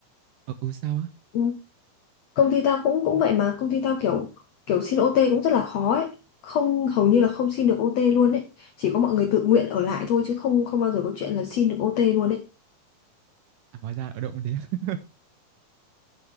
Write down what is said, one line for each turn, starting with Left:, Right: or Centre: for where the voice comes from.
Right: ở ừ, sao á
Left: ừ. công ty tao cũng cũng vậy mà công ty tao kiểu kiểu xin OT cũng rất là khó ấy không hầu như là không xin được OT luôn ấy chỉ có mọi người tự nguyện ở lại thôi chứ không không bao giờ có chuyện là xin được OT luôn ấy
Right: à hóa ra ở động thế <laughs>